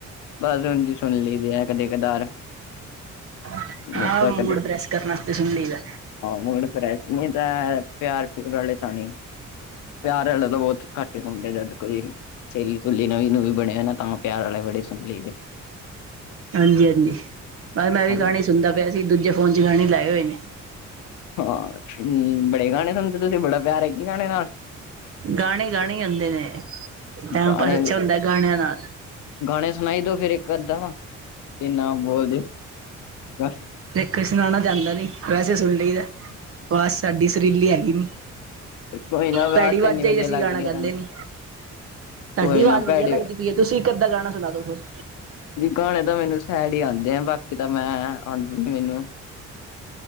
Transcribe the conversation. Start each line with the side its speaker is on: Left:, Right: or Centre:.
Left: ਬਸ ਹੁਣ ਜ ਸੁਣ ਲਈਦੇ ਆ ਕਦੇ ਕਦਾਰ
Right: <unintelligible>
Left: ਹਾਂ,
Right: ਆਹ ਮੂਡ ਫਰੈਸ਼ ਕਰਨ ਵਾਸਤੇ ਸੁਣ ਲਈਦਾ
Left: ਹੁਣ ਤਾ ਏ <unintelligible> ਪਿਆਰ ਪਿਰ ਵਾਲੇ ਤਾਂ ਨਹੀਂ ਪਿਆਰ ਵਾਲੇ ਤਾਂ ਬਹੁਤ ਖੱਟ ਹੁੰਦੇ ਜਦ ਕੋਈ ਸਹੇਲੀ ਸੁਲੀ ਨਵੀਂ ਨੂੰਵਂ ਬਣਿਆ ਨਾ ਤਾਂ ਪਿਆਰ ਵਾਲੇ ਬੜੇ ਸੁਣ ਲਈਦੇ
Right: ਹਾਂਜੀ ਹਾਂਜੀ ਆ ਮੈਂ ਉਹ ਵੀ
Left: ਹਾਂਜੀ
Right: ਗਾਣੇ ਸੁਣਦਾ ਪਿਆ ਸੀ ਦੂਜੇ ਫੋਨ ਚ ਗਾਣੇ ਲਾਏ ਹੋਏ ਨੇ
Left: ਹਾਂ ਬੜੇ ਗਾਣੇ ਸੁਣਦੇ ਤੁਸੀਂ ਬੜਾ ਪਿਆਰ ਹੈ ਏਕ ਹਿ ਗਾਣੇ ਨਾਲ
Right: ਗਾਣੇ ਗਾਣੇ ਹੀ ਹੁੰਦੇ ਨੇ ਟਾਈਮ
Left: ਗਾਣੇ
Right: ਪਾਸ ਅੱਛਾ ਹੁੰਦਾ ਗਾਣਿਆਂ ਨਾਲ
Left: ਗਾਣੇ ਸੁਣਾਈ ਦੋ ਫੇਿਰ ਇੱਕ ਅੱਧਾ ਵਾ ਕਿਨਾ ਬੋਲਦੇ ਬਸ
Right: ਦੇਖ ਸੁਣਾਉਣਾ ਚਾਂਦਾ ਨੀ ਵੈਸੇ ਸੁਣ ਲਈਦਾ ਆਵਾਜ਼ ਸਾਡੀ ਸੁਰੀਲੀ ਹੈਗੀ ਨੀ
Left: ਕੋਈ ਨਾ ਆਵਾਜ਼
Right: ਭੈੜੀ ਅਵਾਜਾਂ
Left: ਤਾਂ ਇੰਨੀ ਵਧੀਆ
Right: ਅਸੀਂ
Left: ਲੱਗ
Right: ਗਾਣਾ
Left: ਰਹੀ
Right: ਗਾਂਦੇ
Left: ਹੈ ਤੁਹਾਨੂੰ
Right: ਨੀ। ਤਾਂਡੀ
Left: ਕੋਈ
Right: ਆਵਾਜ਼
Left: ਨਾ
Right: ਵਧੀਆ
Left: ਭੈੜੇ
Right: ਲੱਗਦੀ ਪਈ ਐ ਤੁਸੀਂ ਇੱਕ ਅੱਧਾ ਗਾਣਾ ਸੁਣਾ ਦੋ ਕੋਈ।
Left: ਗਾਣੇ ਤਾਂ ਮੈਨੂੰ ਸੈਡ ਈ ਆਂਦੇ ਆ ਬਾਕੀ ਤਾਂ ਮੈਂ ਆਂਦੇ ਨੀ ਮੈਨੂੰ।